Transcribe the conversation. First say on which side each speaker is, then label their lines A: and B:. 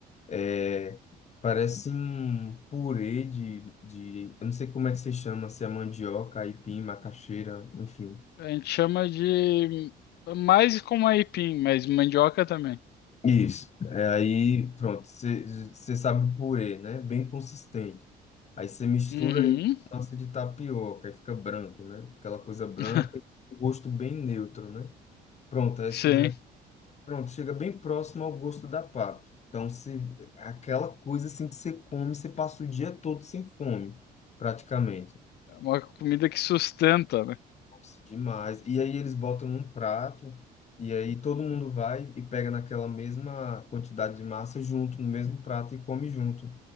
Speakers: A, on the left; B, on the left.
A: É, Parece um purê de, de, eu não sei como é que se chama, se é mandioca, aipim, macaxeira, enfim.
B: a gente chama de mais como aipim, mas mandioca também.
A: Isso. É, aí, pronto, você sabe o purê, né? Bem consistente. Aí você mistura
B: Uhum.
A: aí com massa de tapioca, aí fica branco, né? Aquela coisa branca,
B: <laughs>
A: o gosto bem neutro, né? Pronto, essa
B: Sim,
A: daí, pronto, chega bem próximo ao gosto da papa. Então, se aquela coisa assim que você come, você passa o dia todo sem fome, praticamente.
B: é uma comida que sustenta, né?
A: Nossa, demais. E aí eles botam num prato, e aí todo mundo vai e pega naquela mesma quantidade de massa junto, no mesmo prato e come junto.